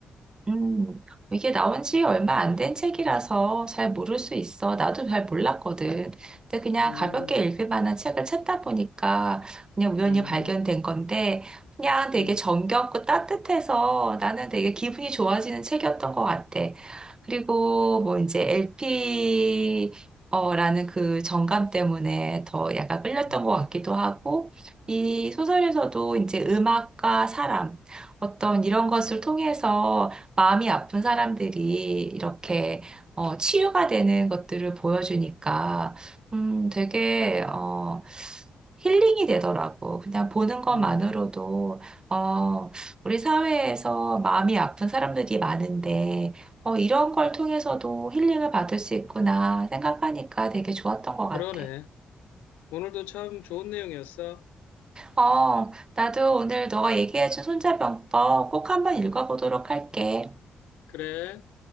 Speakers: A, on the right; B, on the left.
A: 음, 이게 나온 지 얼마 안 된 책이라서 잘 모를 수 있어. 나도 잘 몰랐거든. 근데 그냥
B: 음,
A: 가볍게 읽을 만한 책을 찾다 보니까 그냥 우연히
B: 음,
A: 발견된 건데, 그냥 되게
B: 음,
A: 정겹고 따뜻해서 나는 되게 기분이 좋아지는 책이었던 것 같아. 그리고 뭐 이제 LP, 어, 라는 그 정감 때문에 더 약간 끌렸던
B: 음.
A: 것 같기도 하고, 이 소설에서도 이제 음악과 사람, 어떤 이런 것을 통해서 마음이 아픈 사람들이 이렇게 어, 치유가 되는 것들을 보여주니까 음, 되게 어, 힐링이 되더라고. 그냥 보는 것만으로도
B: 음.
A: 어, 우리 사회에서 마음이 아픈 사람들이 많은데 어, 이런 걸 통해서도 힐링을 받을 수 있구나 생각하니까 되게 좋았던 것 같아.
B: 그러네. 오늘도 참 좋은 내용이었어.
A: 어, 나도 오늘 너가 얘기해준 손자병법 꼭 한번 읽어보도록 할게.
B: 그래.